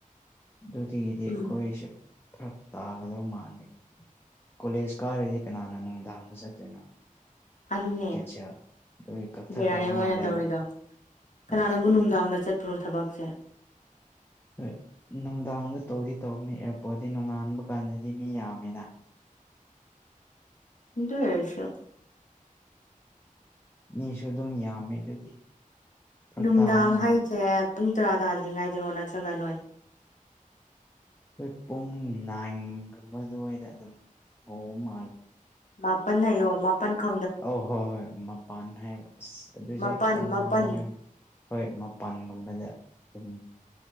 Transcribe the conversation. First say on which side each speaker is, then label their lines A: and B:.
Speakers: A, on the left (about 15°); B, on the left (about 60°).
A: ꯑꯗꯨꯗꯒꯤꯗꯤ ꯑꯩꯈꯣꯏꯁꯦ
B: ꯎꯝ
A: ꯐꯔꯛ ꯇꯥꯒꯗꯕ ꯃꯥꯟꯕꯒꯤ ꯀꯣꯂꯦꯖ ꯀꯥꯔꯗꯤ ꯀꯅꯥꯅ ꯅꯨꯡꯗꯥꯡꯗ ꯆꯠꯇꯣꯏꯅꯣ
B: ꯑꯗꯨꯅꯦ
A: ꯀꯦꯟꯁꯦꯜ ꯑꯗꯨꯒꯤ ꯀꯛꯊꯈ꯭ꯔꯕ
B: ꯕꯤꯔꯌꯥꯅꯤ ꯑꯣꯏꯅ
A: ꯃꯥꯜꯂꯦꯕ
B: ꯇꯧꯔꯤꯗꯣ
A: ꯍꯣꯏ
B: ꯀꯅꯥꯅꯪꯕꯨ ꯅꯨꯡꯗꯥꯡꯗ ꯆꯠꯄ꯭ꯔꯣ ꯊꯕꯛꯁꯦ
A: ꯍꯣꯏ ꯅꯨꯡꯗꯥꯡꯗ ꯇꯧꯗꯤ ꯇꯧꯅꯤ ꯑꯦꯌꯥꯔꯄꯣꯔꯠꯇꯤ ꯅꯣꯡꯉꯥꯟꯕ ꯀꯥꯟꯗꯗꯤ ꯃꯤ ꯌꯥꯝꯃꯦꯅ
B: ꯗꯨꯏꯑꯣꯏꯔꯁꯨ
A: ꯃꯤꯁꯨ ꯑꯗꯨꯝ ꯌꯥꯝꯃꯦ ꯑꯗꯨꯒꯤ ꯐꯔꯛ
B: ꯅꯨꯡꯗꯥꯡ
A: ꯇꯥꯕ ꯃꯥꯜꯂꯦ
B: ꯍꯥꯏꯁꯦ ꯄꯨꯡ ꯇꯔꯥ ꯇꯥꯗ꯭ꯔꯤꯉꯥꯏꯗꯔꯣ ꯅꯠꯇ꯭ꯔꯒ ꯅꯣꯏ
A: ꯑꯩꯈꯣꯏ ꯄꯨꯡ ꯅꯥꯏꯟꯒꯨꯝꯕꯗꯨꯋꯥꯏꯗ ꯑꯗꯨꯝ ꯍꯧꯕ ꯃꯥꯜꯂꯦ
B: <unintelligible>
A: ꯑꯧ ꯍꯣꯏ ꯍꯣꯏ ꯃꯄꯥꯟ ꯍꯥꯏꯕ ꯑꯁ ꯑꯗꯨꯁꯦ
B: ꯃꯥꯄꯟ
A: ꯈꯤꯇꯪ
B: ꯃꯥꯄꯟ
A: ꯋꯥꯡꯕꯣ ꯍꯥꯏꯕ ꯍꯣꯏ ꯃꯄꯥꯟꯒꯨꯝꯕꯗ ꯑꯗꯨꯝ